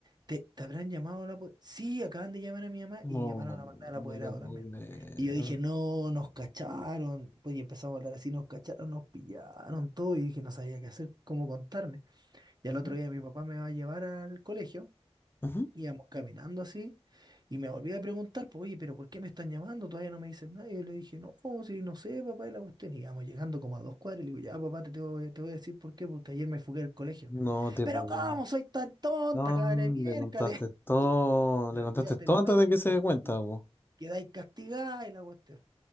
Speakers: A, on the right; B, on the left.
A: ¿Te, te habrán llamado a la po-?" Sí, acaban de llamar a mi mamá
B: no,
A: y llamaron a mandar al
B: no
A: apoderado
B: te puedo
A: también.
B: creer.
A: Y yo dije, no, nos cacharon. Pues y empezamos a hablar así, nos cacharon, nos pillaron todo. Y dije, no sabía qué hacer, cómo contarme. Y al
B: Ujú,
A: otro día mi papá me va a llevar al colegio
B: ujú.
A: Íbamos caminando así y me volví a preguntar, pues, oye, pero ¿por qué me están llamando? Todavía no me dicen nada. Y yo le dije, no, pues, si no sé, papá, y la cuestión. Y íbamos llegando como a dos cuadras y le digo, ya, papá, te, tengo- te voy a decir por qué, porque ayer me fugué del colegio.
B: No te
A: Pero
B: puedo
A: ¿cómo
B: creer.
A: soy tan tonta,
B: No,
A: cabra de miércoles?
B: le contaste todo,
A: <laughs> Y
B: le
A: olvídate
B: contaste todo
A: los
B: antes
A: retos.
B: de que se dé cuenta,
A: Y
B: po.
A: quedáis castigados y la cuestión.